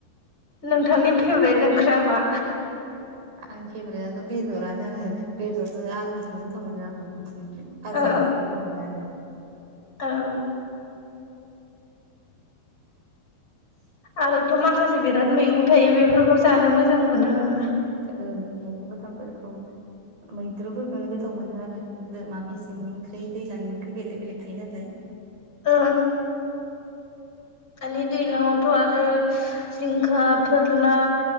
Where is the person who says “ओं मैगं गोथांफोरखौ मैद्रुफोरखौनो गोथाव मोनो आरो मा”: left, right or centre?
Right